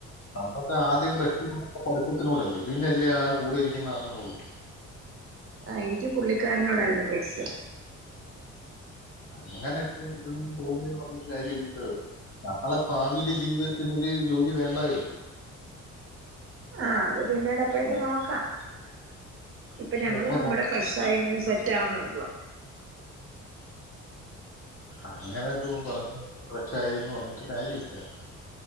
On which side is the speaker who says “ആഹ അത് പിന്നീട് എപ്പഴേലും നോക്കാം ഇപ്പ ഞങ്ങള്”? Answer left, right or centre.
Right